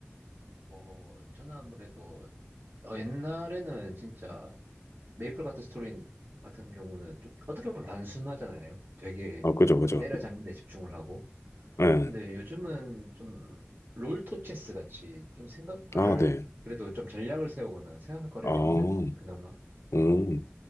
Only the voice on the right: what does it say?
어, 저는 아무래도 어, 옛날에는 진짜 메이플 같은 스토리 같은 경우는 좀 어떻게 보면 단순하잖아요. 되게
좀 때려잡는 데 집중을 하고
근데 요즘은 좀 롤토 체스 같이 좀 생각할,
그래도 좀 전략을 세우거나 생각할 거리가
있는? 그나마.